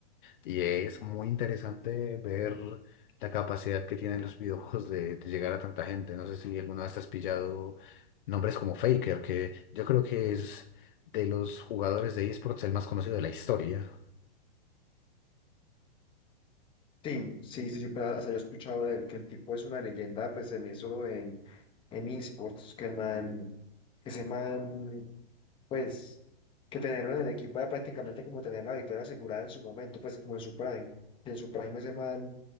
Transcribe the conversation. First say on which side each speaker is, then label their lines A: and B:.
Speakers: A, on the left (about 55°); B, on the left (about 15°).
A: y es muy interesante ver la capacidad que tienen los videojuegos de, de llegar a tanta gente. No sé si alguna vez has pillado nombres como Faker, que yo creo que es de los jugadores de esports el más conocido de la historia.
B: Sí, sí, sí, sí, pero hasta yo he escuchado de él, que el tipo es una leyenda, pues en eso, en, en esports, que el man, que ese man pues que tenerlo en el equipo era prácticamente como tener la victoria asegurada en su momento, pues como en su prime. Y en su prime ese man,